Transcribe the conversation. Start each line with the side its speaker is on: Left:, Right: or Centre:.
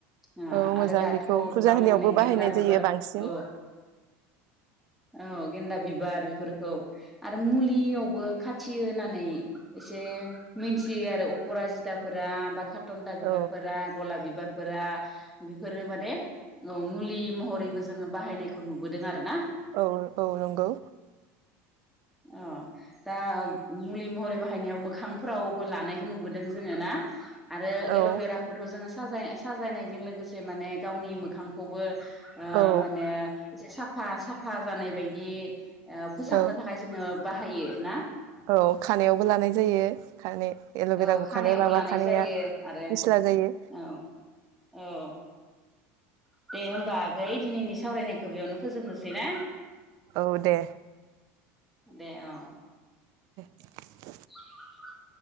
Centre: ओ
Right: औ मोजां
Centre: आरो दाथ'
Right: बेखौ फुजा
Centre: गोबां
Right: होनायावबो
Centre: माने
Right: बाहायनाय
Centre: गेन्दा बिबार
Right: जायो
Centre: औ
Right: बांसिन
Centre: औ गेन्दा बिब बेफोरखौ आरो मुलियावबो खाथियो होननानै एसे मिथियो आरो अपराजिताफोरा बा खा टन्था बिबारफोरा
Right: औ
Centre: गलाब बिबारफोरा बेफोरो माने औ मुलि महरैबो जोङो बाहायनायखौ नुबोदों आरो ना।
Right: औ औ नंगौ।
Centre: अ दा मुलि महरै बाहायनायाव मोखांफोरावबो लानायखौ नुबोदों जोङो ना। आरो
Right: औ
Centre: एल'बेराखौथ' जोङो साजाय-साजायनायजों लोगोसे से माने गावनि मोखांखौबो ओ
Right: औ
Centre: माने जिसां फा-साफा जानाय बायदि ओ फोसाबनो
Right: औ‌
Centre: थाखाय जोङो बाहायो ना
Right: औ खानायावबो लानाय जायो खानाय एल'बेराखौ
Centre: औ खानायावबो
Right: खानायाव लाबा
Centre: लानाय
Right: खानाया
Centre: जायो आरो
Right: फिस्ला जायो।
Centre: औ औ दे होमबा आगै दिनैनि सावरायनायखौ बेयावनो फोजोबनोसै ना?
Right: औ दे।
Centre: दे औ।
Right: <unintelligible>
Centre: <unintelligible>